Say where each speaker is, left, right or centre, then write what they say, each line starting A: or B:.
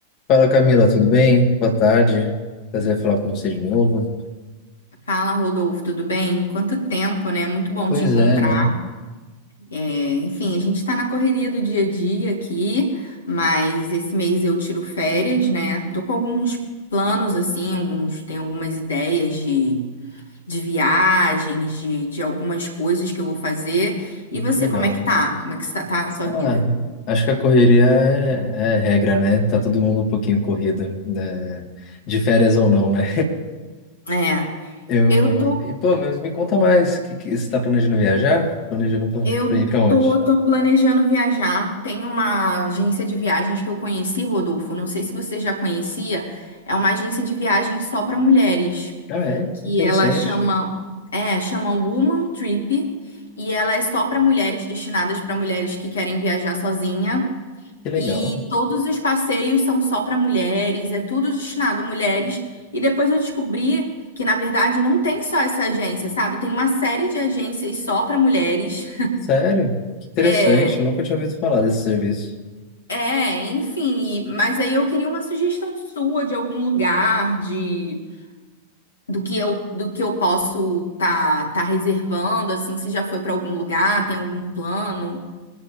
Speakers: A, on the left; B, on the left.
A: Fala Camila, tudo bem? Boa tarde. Prazer em falar com você de novo.
B: Fala, Rodolfo, tudo bem? Quanto tempo, né? Muito bom
A: Pois
B: te encontrar.
A: é, né?
B: É, enfim, a gente está na correria do dia a dia aqui, mas esse mês eu tiro férias, né? Tô com alguns planos, assim, alguns, tenho algumas ideias de, de viagens, de, de algumas coisas que eu vou fazer.
A: Que
B: E você,
A: legal.
B: como é que tá? Como é que está- tá a sua
A: Ah,
B: vida?
A: acho que a correria é, é regra, né? Tá todo mundo um pouquinho corrido, né? De férias ou não, né?
B: É,
A: <laughs> Eu...
B: eu tô
A: E, pô, mas me conta mais. Que, que, você tá planejando viajar? Planejando pra,
B: Eu
A: pra ir pra onde?
B: tô, tô planejando viajar. Tem uma agência de viagens que eu conheci, Rodolfo. Não sei se você já conhecia. É uma agência de viagens só para mulheres,
A: Ah, é?
B: que
A: Que Interessante.
B: ela chama, é, chama Woman Trip, e ela é só para mulheres, destinadas para mulheres que querem viajar sozinha.
A: Que legal.
B: E todos os passeios são só para mulheres, é tudo destinado a mulheres. E depois eu descobri que, na verdade, não tem só essa agência, sabe? Tem uma série de agências só para mulheres
A: Sério? Que interessante.
B: É,
A: Nunca tinha ouvido falar desse serviço.
B: É, enfim, e- mas aí eu queria uma sugestão sua de algum lugar, de do que eu do que eu posso tá tá reservando, assim, se já foi para algum lugar, tem algum plano?